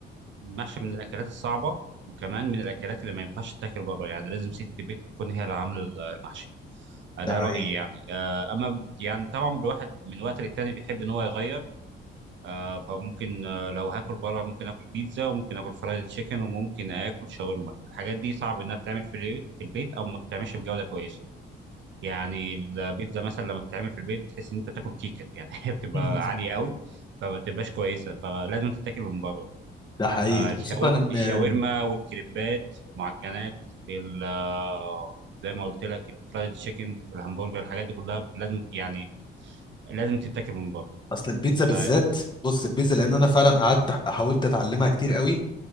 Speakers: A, on the right; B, on the left.
A: محشي من الاكلات الصعبه وكمان من الاكلات اللي ما ينفعش تتاكل بره يعني لازم ست بيت تكون هي اللي عامله المحشي آه، ده
B: ده حقيقي
A: رايي يعني آه، اما يعني طبعا الواحد من وقت للتاني بيحب ان هو يغير آه، فممكن آه، لو هاكل بره ممكن اكل بيتزا وممكن اكل فرايد تشيكن وممكن اكل شاورما الحاجات دي صعب انها تتعمل في البيت- في البيت او ما بتتعملش بجوده كويسه يعني البيتزا مثلا لما بتتعمل في البيت بتحس ان انت بتاكل كيكه يعني <laughs> هي بتبقى
B: <laughs>
A: عاليه قوي فما بتبقاش كويسه فلازم تتاكل من بره
B: ده حقيقي
A: آه،
B: خصوصا
A: الشاور-
B: ان
A: الشاورما
B: ال-
A: والكريبات المعجنات ال- آه، زي ما قلت لك الفرايد تشيكن الهمبرجر الحاجات دي كلها لازم يعني لازم تتاكل من بره
B: اصل البيتزا بالذات
A: آه،
B: بص البيتزا لان
A: م.
B: انا فعلا قعدت حاولت اتعلمها كتير قوي